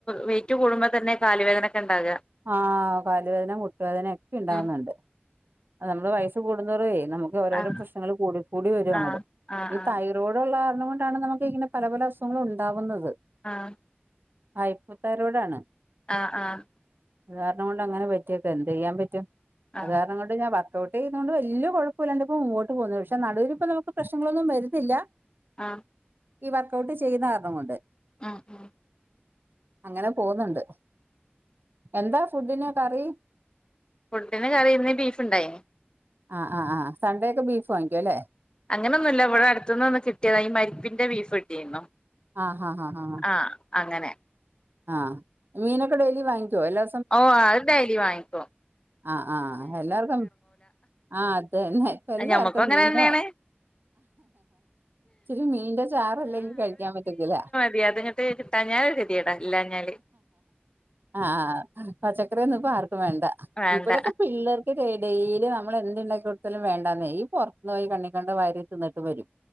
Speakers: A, on the left; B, on the right.
A: വൈറ്റ് കൂടുമ്പ തന്നെ കാല് വേദനക്കെ ണ്ടാക.
B: ആഹ് കാലുവേദന മുട്ടുവേദന ഒക്കെ ഇണ്ടാവുന്നുണ്ട്.
A: ഉം
B: അ നമ്മള് വയസ് കൂടുന്തോറേ നമുക്ക് ഓരോരോ
A: ആഹ്
B: പ്രശ്നങ്ങള് കൂടി കൂടി വര്വങ്ങട്
A: ആഹ് ആഹ്
B: ഈ തൈ റോടുള്ള കാരണം കൊണ്ടാണ് നമുക്കിങ്ങനെ പല പല അസുഖങ്ങളും ഉണ്ടാകുന്നത്.
A: ആഹ്.
B: ആയ്പ തൈറോഡാണ്.
A: ആഹ് ആഹ്.
B: അത് കാരണം കൊണ്ടങ്ങനെ പറ്റിയേക്ക എന്തെയ്യാ പറ്റും
A: ആഹ്
B: അകാരണം കൊ ട് ഞാ വർക്കൗട്ടെയ്യ്ണോണ്ട് വല്ല്യ കൊഴപ്പുല്ലാണ്ടെ പ്പോ മുമ്പോട്ട് പോന്ന പക്ഷെ നടുവിനിപ്പ നമുക്ക് പ്രശ്നങ്ങളൊന്നും വരുന്നില്ല.
A: ആഹ്.
B: ഈ വർക്കഔട്ട് ചെയ്യുന്ന കാര്ണം കൊണ്ട്.
A: ആഹ് ആഹ്.
B: അങ്ങനെ പോവുന്നുണ്ട് എന്താ ഫുഡിന് കറി.
A: ഫുഡിന് കറിയിന്ന് ബീഫ്ണ്ടായിന്.
B: ആഹ് ആഹ് ആഹ് സൺ‌ഡേക്കെ ബീഫ് വാങ്ങിക്കും അല്ലേ.
A: അങ്ങനെന്നുല്ല് ഇവടട്ത്ത്ന്നൊന്ന് കിട്ട്യതാ ഈ മര്പ്പിന്റെ ബീഫ് കിട്ടിര്ന്നു.
B: ആ ഹാ ഹാ ആ.
A: ആഹ് അങ്ങനെ.
B: ആഹ് മീനൊക്കെ ഡെയിലി വാങ്ങിക്ക്യോ എല്ലാ
A: ഓഹ് അത് ഡെയിലി വാങ്ങിക്കോ.
B: ആഹ് ആഹ് എല്ലാർക്കും അ ആതന്നെ ഇപ്പല്ലാർക്കും
A: ഞമ്മക്കും അങ്ങനെ
B: മീനോ.
A: തന്നെയാണ്
B: ചില മീന്റെ ചാറ്ല്ലെങ്കി കഴിക്ക്യാ പറ്റത്തില്ല.
A: പി അതിങ്ങട്ട് കിട്ടാഞ്ഞാലൊരു കെത്യേടാ ഇല്ലാഞ്ഞാൽ.
B: ആഹ് പച്ചക്കറി ഒന്നുപ്പ ആർക്കും വേണ്ട
A: വേണ്ട
B: ഇബടൊക്കെ പിള്ളേർ ക്ക് ഡെ ഡെയ്ലി നമ്മളെന്ത് ണ്ടാക്കികൊട്ത്താലും വേണ്ടാന്നേ ഈ പൊർത്ത്ന്നോയി കണിക്കണ്ട വാരി തിന്നിട്ട് വരും.